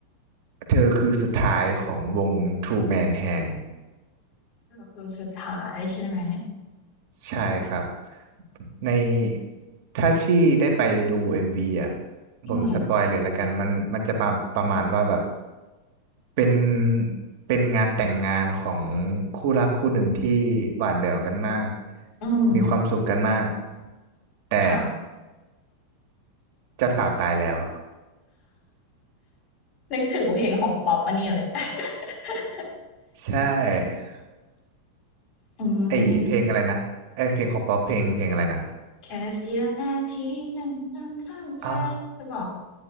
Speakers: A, on the right; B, on the left.
A: เธอคือสุดท้ายของวง True Man Hand
B: ก็คือสุดท้ายใช่ไหม
A: ใช่ครับในถ้าพี่ได้ไปดู MV อมวีอ่ะ
B: อืม
A: ผมสปอยเลยละกันมันมันจะประประมาณว่าแบบเป็นเป็นงานแต่งงานของคู่รักคู่หนึ่งที่หวานแหววกันมาก
B: อืม
A: มีความสุขกันมากแต่
B: ค่ะ
A: เจ้าสาวตายแล้ว
B: นึกถึงเพลงของป๊อปอันนี้เลย <laughs>
A: ใช่
B: อืม
A: ไอเพลงอะไรนะไอยเพลงของป๊อปเพลงเพลงอะไรนะ
B: แค่เสี้ยวนาทีนั้นยังเข้าใจหรือเปล่า
A: อ่าว